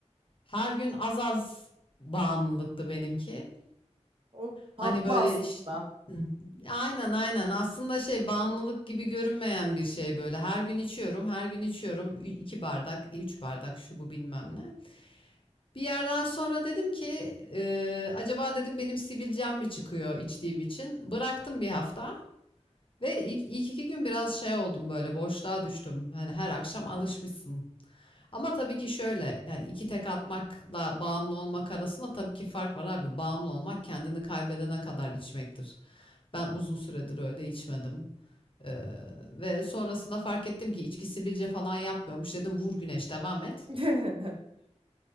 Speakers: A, on the left (about 45°); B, on the right (about 50°).
A: Her gün az az bağımlılıktı benimki.
B: O Tatlı
A: Hani böyle
B: aslında.
A: iş- Hı. Aynen aynen. Aslında şey bağımlılık gibi görünmeyen bir şey böyle. Her gün içiyorum, her gün içiyorum. Ü- iki bardak, e, üç bardak şu bu bilmem ne. Bir yerden sonra dedim ki e, acaba dedim benim sivilcem mi çıkıyor içtiğim için? Bıraktım bir hafta ve ilk, ilk iki gün biraz şey oldum böyle boşluğa düştüm. Hani her akşam alışmışsın. Ama tabii ki şöyle yani iki tek atmakla bağımlı olmak arasında tabii ki fark var abi. Bağımlı olmak kendini kaybedene kadar içmektir. Ben uzun süredir öyle içmedim. Ee, ve sonrasında fark ettim ki içki sivilce falan yapmıyormuş. Dedim vur güneş devam et.
B: <laughs>